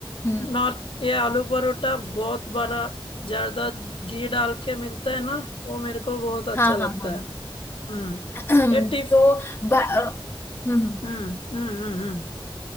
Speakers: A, on the left; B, on the left.
A: हम्म
B: नॉर्थ ये आलू परोठा बहुत बड़ा ज्यादा घी डाल के मिलता है ना वो मेरे को बहुत अच्छा
A: हाँ
B: लगता
A: हाँ हाँ
B: है हम्म
A: <clears throat>
B: ये टिफ
A: तो ब- अ, हम्म, हम्म।
B: हम्म हम्म हम्म